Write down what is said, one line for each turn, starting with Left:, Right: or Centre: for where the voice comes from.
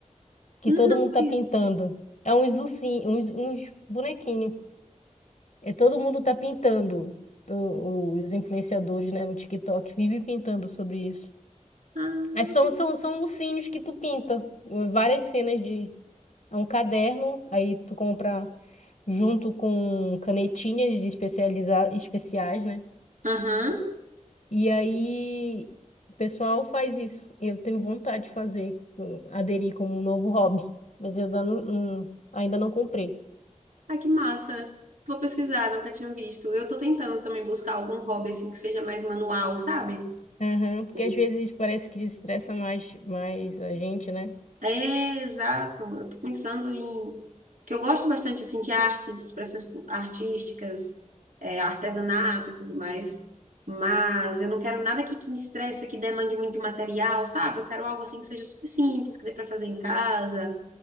Left: que
Right: Hum,
Left: todo
Right: não
Left: mundo tá
Right: conheço.
Left: pintando. É uns ursinhos, uns, uns bonequinhos. É, todo mundo tá pintando. O- os influenciadores, né, no TikTok, vivem pintando sobre isso.
Right: Ah.
Left: Mas são, são, são ursinhos que tu pinta. Várias cenas de. É um caderno, aí tu compra junto com canetinhas de especializar, especiais, né?
Right: Aham.
Left: E aí o pessoal faz isso. Eu tenho vontade de fazer, hum, aderir como um novo hobby, mas eu ainda não, não- ainda não comprei.
Right: Ah, que massa. Vou pesquisar, nunca tinha visto. Eu tô tentando também buscar algum hobby assim que seja mais manual, sabe?
Left: Aham,
Right: Assim,
Left: porque às vezes parece que estressa mais, mais a gente, né?
Right: É, exato. Eu tô pensando em... que eu gosto bastante, assim, de artes, expressões cu- artísticas, é, artesanato e tudo mais. Mas eu não quero nada que, que me estresse, que demande muito material, sabe? Eu quero algo, assim, que seja super simples, que dê pra fazer em casa,